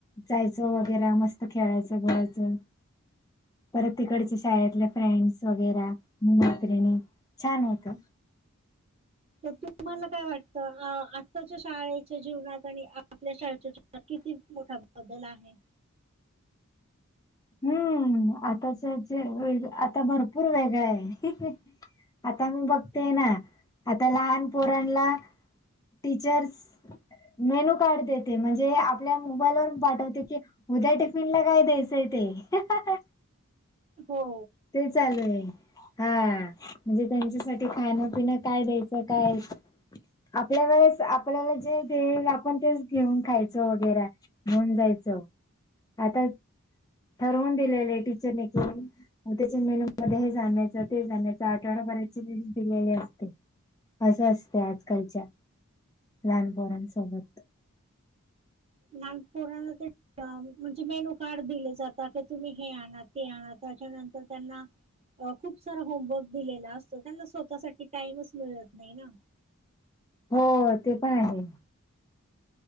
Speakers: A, on the left; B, on the right.
A: जायचो वगैरे मस्त खेळायचं बोलायचं परत तिकडच्या शाळेतले फ्रेंड्स वगैर मैत्रिणी छानयेतो
B: तर तुम्हाला काय वाटत तर आत्ताच्या शाळेच्या जीवनात आणि आपल्या शाळेच्या जीवनात किती मोठा बदल आहे
A: हम्म आताच ज व आता भरपूर वेगळा आहे आता मी बघतेय ना आता लहान पोरणला टीचर्स मेन्यू कार्ड देते म्हणजे आपल्या मोबाईलवरून पाठवते की उद्या टिफिनला काय द्यायचं ते ते
B: हो
A: ते चालू आहे हा म्हणजे त्यांच्यासाठी खाण पिन काय द्यायचं काय आपल्या वेळेस आपल्याला जे देईल आपण तेच घेऊन खायचं वगैरे होऊन जायचं आता ठरवून दिलेले टीचरने के हो त्याच्या मेलू मध्ये हे जायचं ते जाायचं आठवडाभरची लस दिलेली असते असं असते आजकालच्या लहानपरांसोबत
B: लहानपोणा ते म्हणजे मेन कारड दिले जातात की तुम्ही हे आणा ते आणा त्याच्यानंतर त्यांना अ खूप सारा होमवर्क दिलेला असतो त्यांना स्वतःसाठी टाइमच मिळत नाही ना
A: हो ते पण आहे